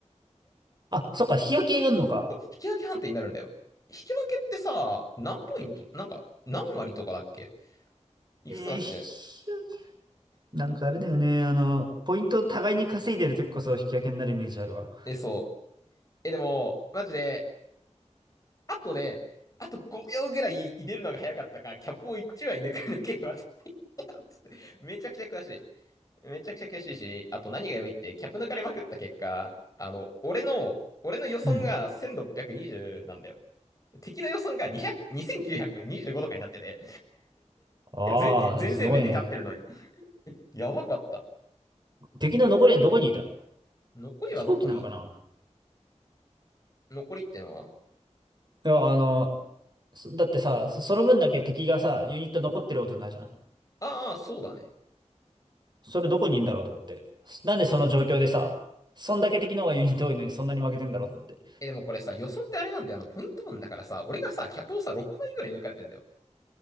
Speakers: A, on the right; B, on the left.
A: あ、そっか、日焼けやんのか。
B: そう引き分け判定になるんだよ。引き分けってさ、何ポイントなんか、何割とかだっけいくつだっけ
A: えー、日焼け。なんかあれだよね。あの、ポイントを互いに稼いでる時こそ日焼けになるイメージあるわ。
B: え、そう。え、でも、マジで、あとね、あと5秒ぐらい入れるのが早かったか、キャップを1枚抜かなければ絶対勝てたっつって、めちゃくちゃ悔しい。めちゃくちゃ悔しいし、あと何がやばいって、キャップ抜かれまくった結果、あの、俺の、俺の予算が1620なんだよ。
A: うん。
B: 敵の予算が200、2925とかになってて、
A: ああ、
B: 全、全戦面で勝ってるのに。
A: すごいね。
B: やばかった。
A: 敵の残りはどこにいたの
B: 残りはどこに
A: 飛行機なのかな
B: 残りってのは
A: いや、あの、そだってさ、そその分だけ敵がさ、ユニット残ってることになるじゃん。
B: ああ、そうだね。
A: それどこにいんだろうと思って。なんでその状況でさ、そんだけ敵の方がユニット多いのにそんなに負けてんだろうと思って。
B: え、でもこれさ、予算ってあれなんだよ。あの、ポイント分だからさ、俺がさ、キャップをさ、6枚ぐらい抜かれてんだよ。